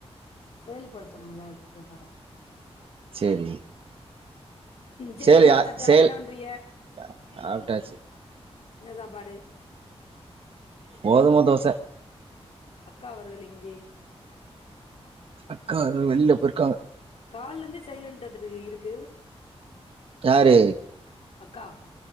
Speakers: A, on the left; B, on the right.
A: செயல்படுத்தணும்ல ஆக்சுவலா
B: சரி
A: சேரி
B: செய்லயா
A: சாப்ட்டாச்சா
B: சாப்டாச்சு
A: என்ன பண்றீக என்ன சாப்பாடு
B: கோதுமை தோசை
A: அக்கா அவர்கள் எங்கே
B: அக்கா வெளியில போயிருக்காக
A: கால்ல இருந்து சைலன்ட்டா இருக்கு
B: யாரு
A: அக்கா